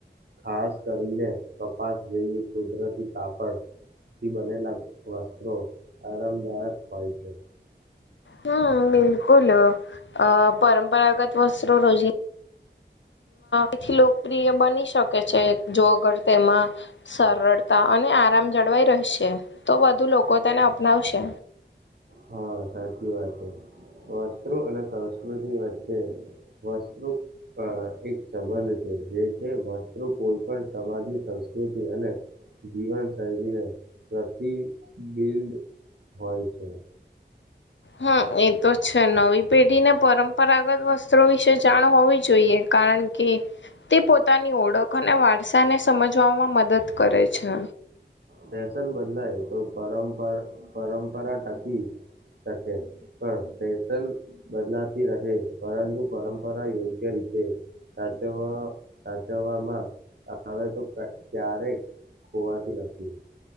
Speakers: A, on the right; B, on the left.
A: ખાસ કરીને કપાસ જઈ કુદરતી કાપડ થી બનેલા વસ્ત્રો આરામદાયક હોય છે.
B: હમ્મ બિલકુલ અ પરંપરાગત વસ્ત્રો રોજ એથી લોકપ્રિય બની શકે છે, જો અગર તેમાં સરળતા અને આરામ જળવાઈ રહેશે, તો વધુ લોકો લોકો તેને અપનાવશે.
A: હા, સાચી વાત છે વસ્ત્રો અને સંસ્કૃતિ વચ્ચે વસ્ત્રુ એક સંબંધ છે જે છે, મ કોઈ પણ સમાજની સંસ્કૃતિ અને જીવન શૈલીને પ્રતિબિંદ હોય છે.
B: હા, એ તો છે નવી પેઢી ને પરંપરાગત વસ્ત્રો વિશે જાણ હોવી જોઈએ. કારણ કે તે પોતાની ઓળખ અને વારસાને સમજવામાં મદદ કરે છે.
A: ફશન બદલાય તો પરંપરા પરંપરા ટાકી કે પણ ફેશન બદલાતી રહે પરંતુ પરંપરા યોગ્ય રીતે સાચ સાચવામાં આવે તો ક્યારેક કવાતી